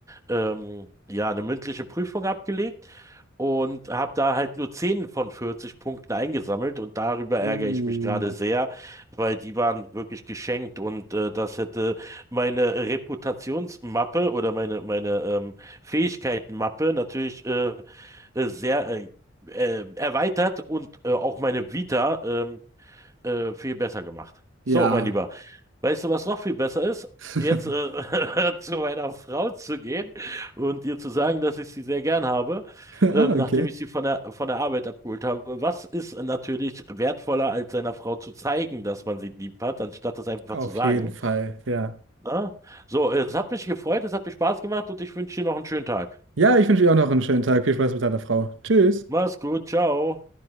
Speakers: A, on the right; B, on the right.
A: ähm, ja, eine mündliche Prüfung abgelegt und habe da halt nur 10 von 40 Punkten eingesammelt und darüber ärgere
B: Uh.
A: ich mich gerade sehr, weil die waren wirklich geschenkt und äh, das hätte meine Reputationsmappe oder meine, meine ähm, Fähigkeitenmappe natürlich äh, äh, sehr äh, äh, erweitert und äh, auch meine Vita ähm, äh, viel besser gemacht.
B: Ja.
A: So, mein Lieber. Weißt du, was noch viel besser ist?
B: <laughs>
A: Jetzt äh, <laughs> zu meiner Frau zu gehen und ihr zu sagen, dass ich sie sehr gern habe,
B: Ah,
A: ähm, nachdem
B: okay.
A: ich sie von der, von der Arbeit abgeholt habe. Was ist natürlich wertvoller, als seiner Frau zu zeigen, dass man sie lieb hat, anstatt das einfach
B: Auf
A: zu sagen?
B: jeden Fall, ja.
A: Na? So, es hat mich gefreut, es hat mir Spaß gemacht und ich wünsche dir noch einen schönen Tag.
B: Ja, ich wünsche dir auch noch einen schönen Tag. Viel Spaß mit deiner Frau. Tschüss.
A: Mach's gut, ciao.